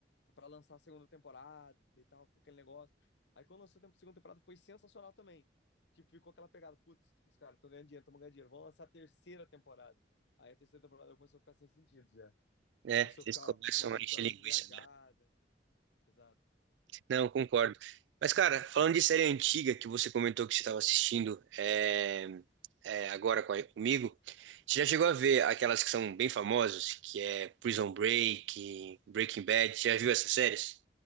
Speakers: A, on the left; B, on the right.
A: pra lançar a segunda temporada e tal, ficou aquele negócio. Aí quando lançou a segunda temporada foi sensacional também. Tipo, ficou aquela pegada, putz, os caras estão ganhando dinheiro, estão ganhando dinheiro, vão lançar a terceira temporada. Aí a terceira temporada começou a ficar sem sentido já.
B: né?
A: Começou a
B: Eles
A: ficar
B: começam
A: umas
B: a
A: histórias
B: encher linguiça
A: muito viajadas. Exato.
B: Não, concordo. Mas, cara, falando de série antiga que você comentou que você estava assistindo é, é, agora com a- comigo, você já chegou a ver aquelas que são bem famosas, que é Prison Break, Breaking Bad, você já viu essas séries?